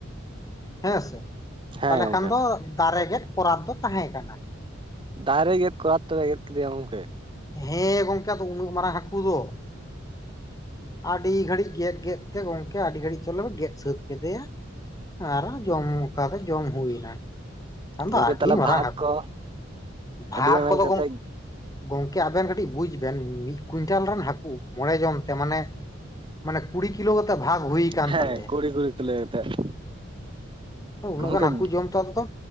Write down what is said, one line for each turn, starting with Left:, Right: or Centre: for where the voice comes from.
Left: ᱦᱮᱸᱥᱮ
Right: ᱦᱮᱸ
Left: ᱛᱟᱞᱦᱮ
Right: ᱜᱚᱝᱠᱮ
Left: ᱠᱷᱟᱱ ᱫᱚ ᱫᱟᱨᱮ ᱜᱮᱫ ᱠᱚᱨᱟᱛᱽ ᱫᱚ ᱛᱟᱦᱮᱸ ᱠᱟᱱᱟ
Right: ᱫᱟᱨᱮ ᱜᱮᱫ ᱠᱚᱨᱟᱫᱽ ᱛᱮᱯᱮ ᱜᱮᱫ ᱠᱮᱫᱮᱭᱟ ᱜᱚᱝᱠᱮ
Left: ᱦᱮᱸ ᱜᱚᱝᱠᱮ ᱟᱫᱚ ᱩᱱᱟᱹᱜ ᱢᱟᱨᱟᱝ ᱦᱟᱹᱠᱩ ᱫᱚ ᱟᱹᱰᱤ ᱜᱷᱟᱹᱲᱤᱡ ᱜᱮᱫ ᱜᱮᱫ ᱛᱮ ᱜᱚᱝᱠᱮ ᱟᱹᱰᱤ ᱜᱷᱟᱹᱲᱤᱡ ᱪᱚᱞᱮ ᱜᱮᱫ ᱥᱟᱹᱛ ᱠᱮᱫᱮᱭᱟ ᱟᱨ ᱦᱟᱜ ᱡᱚᱢ ᱚᱠᱟ ᱫᱚ ᱡᱚᱢ ᱦᱩᱭ ᱱᱟ ᱟᱢᱫᱚ
Right: ᱜᱚᱝᱠᱮ
Left: ᱟᱹᱰᱤ
Right: ᱛᱟᱦᱚᱞᱮ
Left: ᱢᱟᱨᱟᱝ
Right: ᱵᱷᱟᱜᱽ
Left: ᱦᱟᱠᱩ
Right: ᱠᱚ
Left: ᱵᱷᱟᱜᱽ
Right: ᱟᱹᱰᱤ ᱜᱟᱱ
Left: ᱠᱚᱫᱚ
Right: ᱠᱟᱛᱮᱜ
Left: ᱜᱚᱝ ᱜᱚᱝᱠᱮ ᱟᱵᱮᱱ ᱠᱟᱹᱴᱤᱡ ᱵᱩᱡ ᱵᱮᱱ ᱢᱤᱫ ᱠᱩᱭᱤᱱᱴᱟᱞ ᱨᱮᱱ ᱦᱟᱹᱠᱩ ᱢᱚᱬᱮ ᱡᱚᱱ ᱛᱮ ᱢᱟᱱᱮ ᱢᱟᱱᱮ ᱠᱩᱲᱤ ᱠᱤᱞᱳ ᱠᱟᱛᱮᱜ ᱵᱷᱟᱜᱽ ᱦᱩᱭ ᱟᱠᱟᱱ
Right: ᱦᱮᱸ
Left: ᱛᱟᱞᱮᱭᱟ
Right: ᱠᱩᱲᱤ ᱠᱩᱲᱤ ᱠᱚ ᱞᱟᱹᱭ ᱠᱟᱛᱮ
Left: ᱦᱮᱸ ᱩᱱᱟᱹᱜ
Right: ᱜᱚᱝᱠᱮ
Left: ᱜᱟᱱ ᱦᱟᱹᱠᱩ ᱡᱚᱢ ᱛᱚ ᱟᱫᱚ